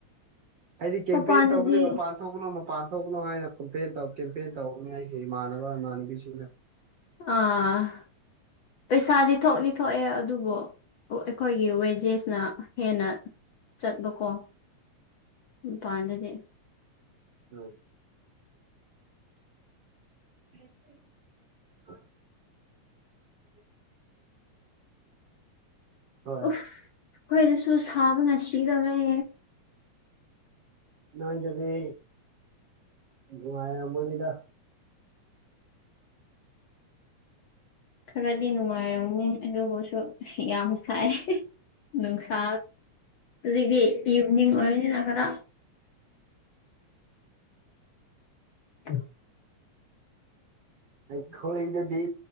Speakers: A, on the right; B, on the left.
A: ꯑꯩꯗꯤ ꯀꯦꯝꯄꯦꯟ
B: ꯃꯄꯥꯟꯗꯗꯤ
A: ꯇꯧꯕꯅꯤ ꯃꯄꯥꯟ ꯊꯣꯛꯄꯅꯣ ꯃꯄꯥꯟ ꯊꯣꯛꯄꯅꯣ ꯍꯥꯏ ꯀꯝꯄꯦ ꯇꯧ ꯀꯦꯝꯄꯦ ꯇꯧꯅꯤ ꯑꯩꯒꯤ ꯏꯃꯥꯟꯅꯕ ꯏꯃꯥꯟꯅꯕꯤ ꯁꯗꯦ
B: ꯑꯥ ꯄꯩꯁꯥꯗꯤ ꯊꯣꯛꯗꯤ ꯊꯣꯛꯑꯦ ꯑꯗꯨꯕꯨ ꯑꯩꯈꯣꯏꯒꯤ ꯋꯦꯖꯦꯁꯅ ꯍꯦꯟꯅ ꯆꯠꯕꯀꯣ ꯃꯄꯥꯟꯗꯗꯤ
A: ꯑ <unintelligible> <inaudible> ꯍꯣꯏ
B: ꯎꯐ ꯑꯩꯈꯣꯏꯗꯁꯨ ꯁꯥꯕꯅ ꯁꯤꯗꯧꯔꯦ
A: ꯅꯣꯏ ꯑꯗꯨꯗꯤ ꯅꯨꯡꯉꯃꯅꯤꯗ
B: ꯈꯔꯗꯤ ꯅꯨꯡꯉꯥꯏꯔꯝꯅꯤ ꯑꯗꯨꯕꯨꯁꯨ ꯌꯥꯝ ꯁꯥꯏ ꯅꯨꯡꯁꯥ ꯑꯗꯒꯤ ꯏꯚꯅꯤꯡ ꯑꯣꯏꯕꯅꯤꯅ ꯈꯔ ꯀ
A: ꯑꯩꯈꯣꯏꯗꯗꯤ